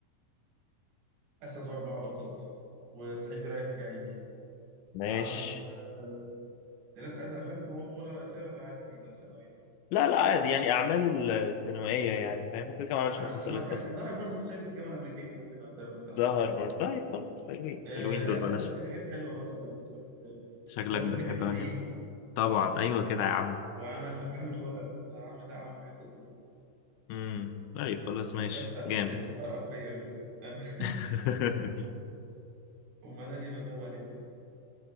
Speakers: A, on the right (about 80°); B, on the left (about 80°).
A: واربع قطط وصعيدي رايح جاي
B: ماشي
A: وعمل آه، ده لازم عايز افلام يكون هو بطوله رئيسيه ولا عادي لو ثانويه
B: لا لا عادي يعني أعماله ال- السينمائية يعني فاهم ممكن كمان ما عملش
A: عم-
B: مسلسلات
A: ده ما كان
B: أصلا
A: ظاهر برضه في صعيدي في الجامعه الامريكيه ممكن اعتبره بتاع محمد
B: ظهر
A: هنيدي
B: برضه طيب خلاص حلوين
A: أه
B: حلوين
A: لا
B: دول
A: استنى
B: بلاش
A: ده في حاجات حلوه برضه انا كنت بحبها له برضه
B: شكلك
A: وغبي
B: بتحب
A: منه فيه
B: هاني طبعا ايوه كده يا عم
A: وعمل محامي خلع فعمل لا عمل حاجات لطيفه
B: امم طيب خلاص ماشي
A: اسالك سهل
B: جامد
A: انت انت بتعرف بيا أوي. استنى <laughs>
B: <laughs>
A: امال انا ليه بتغيب عليك كده